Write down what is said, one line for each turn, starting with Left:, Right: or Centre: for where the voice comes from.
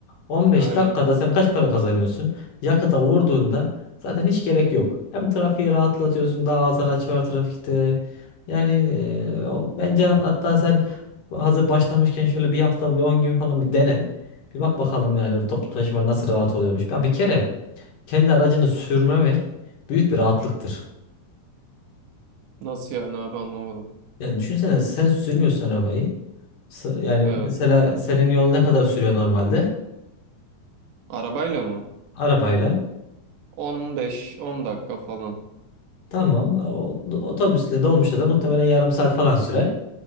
Left: 15
Right: Aynen.
Left: dakikada sen kaç para kazanıyorsun? Yakıta vurduğunda zaten hiç gerek yok. Hem trafiği rahatlatıyorsun daha az araç var trafikte. Yani e, o- bence hatta sen hazır başlamışken şöyle bir hafta bir 10 gün falan bir dene. Bir bak bakalım yani toplu taşıma nasıl rahat oluyormuş. Ya bir kere kendi aracını sürmemek büyük bir rahatlıktır.
Right: Nasıl yani abi anlamadım.
Left: Ya düşünsene sen sürmüyorsun arabayı. S- Yani
Right: Evet.
Left: mesela senin yol ne kadar sürüyor normalde?
Right: Arabayla mı?
Left: Arabayla.
Right: 15-10 dakika falan.
Left: Tamam. O, otobüsle dolmuşla da muhtemelen yarım saat falan sürer.